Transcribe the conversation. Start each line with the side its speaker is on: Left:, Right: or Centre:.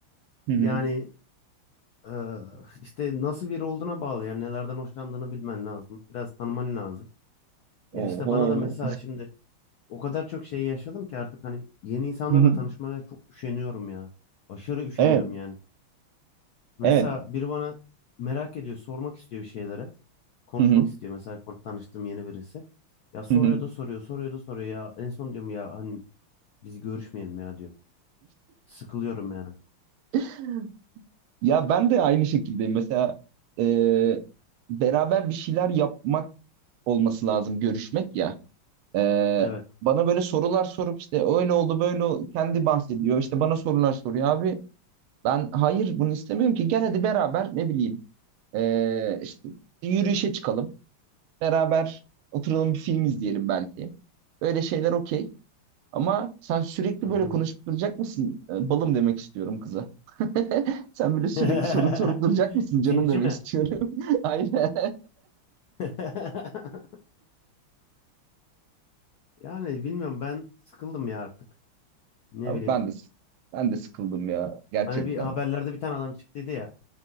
Right: Hı
Left: Yani
Right: hı.
Left: eee, işte nasıl biri olduğuna bağlı. Yani nelerden hoşlandığını bilmen lazım. Biraz tanıman lazım. Ya
Right: Oho.
Left: işte bana da mesela şimdi o kadar çok şey yaşadım ki artık hani yeni insanlarla
Right: Hı hı.
Left: tanışmaya çok üşeniyorum ya. Aşırı üşeniyorum
Right: Evet.
Left: yani. Mesela
Right: Evet.
Left: biri bana merak ediyor, sormak istiyor bir şeylere. Konuşmak
Right: Hı hı.
Left: istiyor mesela kon- tanıştığım yeni birisi. Ya soruyor
Right: Hı hı.
Left: da soruyor, soruyor da soruyor ya. En son diyorum ya hani biz görüşmeyelim ya diyor. Sıkılıyorum yani.
Right: <laughs> Ya ben de aynı şekildeyim. Mesela e, beraber bir şeyler yapmak olması lazım görüşmek ya. Ee,
Left: Evet.
Right: bana böyle sorular sorup işte öyle oldu böyle oldu, kendi bahsediyor. İşte bana sorular soruyor abi. Ben hayır bunu istemiyorum ki gel hadi beraber ne bileyim ee, işte bir yürüyüşe çıkalım. Beraber oturalım bir film izleyelim belki. Böyle şeyler okey. Ama sen sürekli
Left: Hı hı.
Right: böyle konuşup duracak mısın? Ee, Balım demek istiyorum kıza. <laughs> Sen böyle sürekli
Left: <laughs>
Right: soru sorup duracak mısın canım
Left: Cimcime.
Right: demek istiyorum. <laughs> Aynen.
Left: <laughs> Yani bilmiyorum ben sıkıldım ya artık. Ne
Right: Abi
Left: bileyim.
Right: ben de ben de sıkıldım ya gerçekten.
Left: Hani bir haberlerde bir tane adam çıktıydı ya.